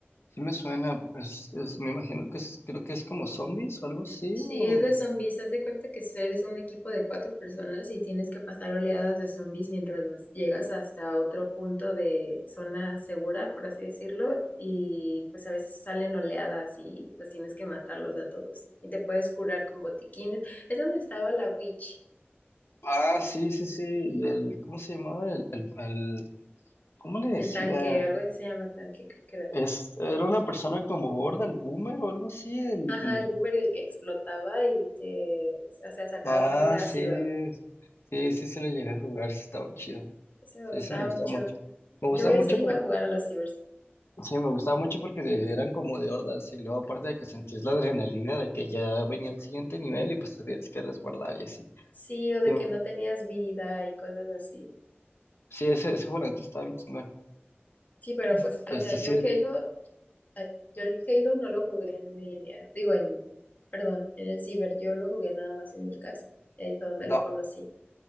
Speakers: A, on the left; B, on the left.
A: Sí me suena, pues es- me imagino que es, creo que es como zombies o algo así.
B: Sí,
A: o-
B: es de zombies, haz de cuenta que eres un equipo de cuatro personas y tienes que pasar oleadas de zombies mientras los llegas hasta otro punto de zona segura, por así decirlo, y pues a veces salen oleadas y pues tienes que matarlos a todos y te puedes curar con botiquines. Es donde estaba la witch,
A: Ah, sí, sí, sí. Y el, ¿cómo se llamaba? El, el, el- ¿cómo le decía?
B: el tanque, algo así se llama tanque, creo que era.
A: Es, era una persona como gorda, el boomer o algo así, el,
B: Ajá,
A: el
B: el boomer el que explotaba y te, o sea, sacaba
A: Ah,
B: como un ácido.
A: sí, sí, sí, se lo llegué a jugar, sí estaba chido.
B: Ese me
A: Sí,
B: gustaba
A: sí, me gustaba
B: mucho.
A: mucho. Me
B: Yo
A: gustaba
B: ese
A: mucho
B: iba
A: porque,
B: a jugar a los cibers.
A: sí, me gustaba mucho porque de- eran como de hordas y luego aparte de que sentías la adrenalina de que ya venía el siguiente nivel y pues tenías que resguardar y así.
B: Sí, o
A: Sí,
B: de que no tenías vida y cosas así.
A: sí, ese, ese juego estaba bien chingón.
B: Sí, pero pues,
A: Este
B: o sea,
A: sí,
B: yo el Halo, ay, yo el Halo no lo jugué en línea, digo en, perdón, en el ciber, yo lo jugué nada más en mi casa. Y ahí fue donde
A: no,
B: lo conocí.